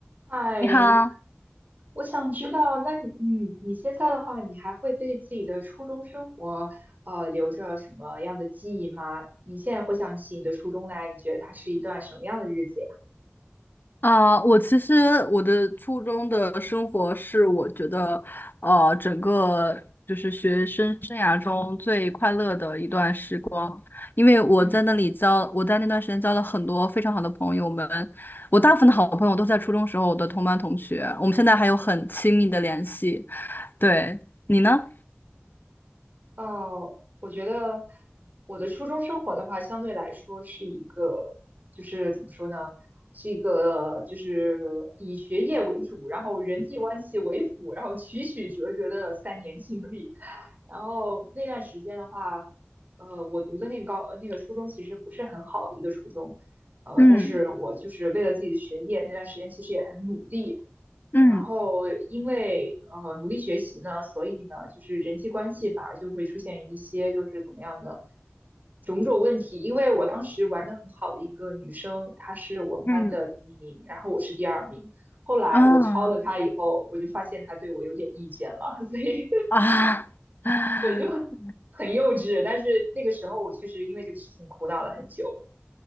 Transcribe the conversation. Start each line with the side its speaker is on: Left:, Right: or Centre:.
Right: 嗨，
Left: 你好，
Right: 我想知道，那你嗯，你现在的话，你还会对自己的初中生活，呃，留着什么样的记忆吗？你现在回想起你的初中来，你觉得它是一段什么样的日子呀？
Left: 啊，我其实我的初中的生活是我觉得，呃，整个就是学生生涯中最快乐的一段时光，因为我在那里交，
Right: 嗯
Left: 我在那段时间交了很多非常好的朋友们，我大部分的好朋友都在初中时候我的同班同学，我们现在还有很亲密的联系。对，你呢？
Right: 哦，我觉得我的初中生活的话，相对来说是一个，就是怎么说呢，是一个就是以学业为主，然后人际关系为辅，然后曲曲折折的三年经历。然后那段时间的话，呃，我读的那个高呃那个初中其实不是很好的一个初中，呃，
Left: 嗯
Right: 但是我就是为了自己的学业，那段时间其实也很努力。
Left: 嗯
Right: 然后因为呃努力学习呢，所以呢，就是人际关系反而就会出现一些就是怎么样的种种问题。因为我当时玩的很好的一个女生，她是我们班的第一名，
Left: 嗯
Right: 然后我是第二名。后来我超了她以后，
Left: 啊
Right: 我就发现她对我有点意见了，<laughs> 所以。
Left: 啊！<laughs>
Right: 对，就很很幼稚。但是那个时候，我确实因为这个事情苦恼了很久。